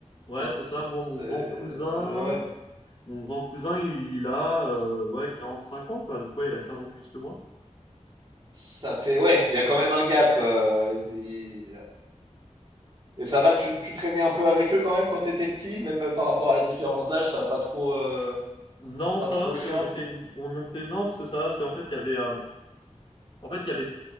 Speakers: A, on the left; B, on the right.
A: Ouais,
B: Enfin,
A: c'est ça. Moi, mon
B: C'est
A: grand
B: ouais,
A: cousin,
B: ouais.
A: mon grand cousin, il, il a euh, ouais cinq ans quoi. Donc ouais, il a 15 ans de plus que moi.
B: Ça fait ouais, il y a quand même un gap, heu, et Et ça va, tu, tu traînais un peu avec eux quand même quand t'étais petit, même euh, par rapport à la différence d'âge, ça a pas trop, euh,
A: Non,
B: c'est pas
A: ça
B: trop
A: va parce
B: chiant.
A: qu'on était, une- on était non parce que ça va. C'est en fait il y avait, euh, en fait il y avait